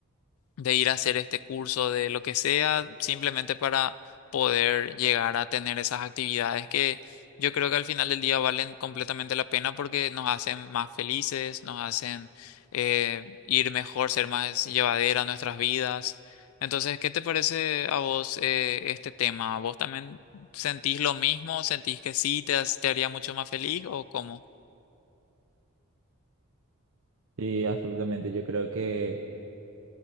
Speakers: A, on the left; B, on the right.
A: de ir a hacer este curso, de lo que sea, simplemente para poder llegar a tener esas actividades que yo creo que al final del día valen completamente la pena porque nos hacen más felices, nos hacen eh, ir mejor, ser más llevadera nuestras vidas. Entonces, ¿qué te parece a vos eh, este tema? ¿Vos también sentís lo mismo? ¿Sentís que sí te, has- te haría mucho más feliz o cómo?
B: Sí, absolutamente, yo creo que